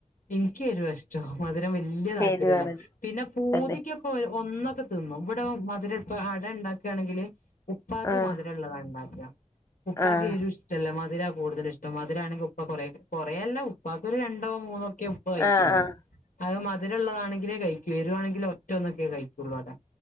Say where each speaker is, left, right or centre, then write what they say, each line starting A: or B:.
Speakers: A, on the left (about 80°); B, on the left (about 20°).
A: ഇന്ക്ക്യെരുവാ ഇഷ് <unintelligible> മധുരം വെല്ല്യ താല്പര്യല്ല
B: എരിവാണല്ലേ
A: പിന്നെ പൂതിക്ക്യൊ
B: തന്നെ
A: രു ഒന്നൊക്കെ തിന്നും ഇവ്ടെ മധുരം ഇപ്പം അട ഇണ്ടാക്കാണെങ്കില് ഉപ്പാക്ക്
B: ആഹ്
A: മധിരള്ളതാ ഇണ്ടാക്ക ഉപ്പാക്ക്
B: ആഹ്
A: എരു ഇഷ്ടല്ല മധിര കൂടുതല് ഇഷ് ടം മധിരാണെങ്കി ഉപ്പ കൊറേ കൊറേയല്ല ഉപ്പാക്കൊര് രണ്ടോ മൂന്നോക്കെ ഉപ്പ കഴ്ക്ക്യോള്ളു
B: ആഹ് ആഹ്
A: അഹ് മധിരള്ളതാണെങ്കിലേ കഴിക്ക്യു എരുവാണെങ്കിലോ ഒറ്റ ഒന്നൊക്കെ കഴിക്കുള്ളു അതാ